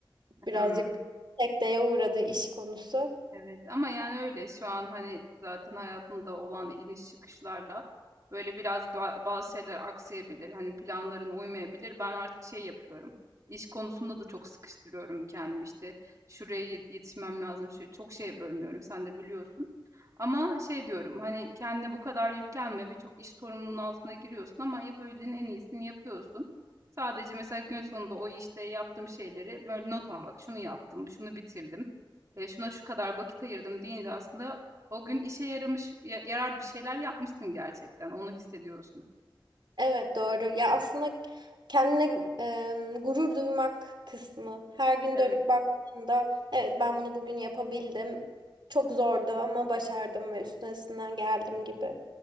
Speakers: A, on the right (about 65°); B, on the right (about 40°).
A: birazcık
B: Hmm.
A: sekteye uğradı iş konusu.
B: Evet ama yani öyle şu an hani zaten hayatında olan iniş çıkışlarla böyle biraz ba- bazı şeyler aksayabilir. Hani planların uymayabilir. Ben artık şey yapıyorum. İş konusunda da çok sıkıştırıyorum kendim işte. Şuraya yet- yetişmem lazım. Şu çok şeye bölünüyorum. Sen de biliyorsun. Ama şey diyorum hani kendine bu kadar yüklenme. Birçok iş sorumluluğunun altına giriyorsun ama yapabildiğin en iyisini yapıyorsun. Sadece mesela gün sonunda o işte yaptığım şeyleri böyle not almak. Şunu yaptım, şunu bitirdim e, şuna şu kadar vakit ayırdım deyince aslında o gün işe yaramış ya- yarar bir şeyler yapmışsın gerçekten. Onu hissediyorsun.
A: Evet doğru. Ya aslında kendine e, gurur duymak kısmı. Her gün
B: Evet,
A: dönüp baktığında evet ben bunu bugün yapabildim. Çok zordu ama başardım ve üstesinden geldim gibi.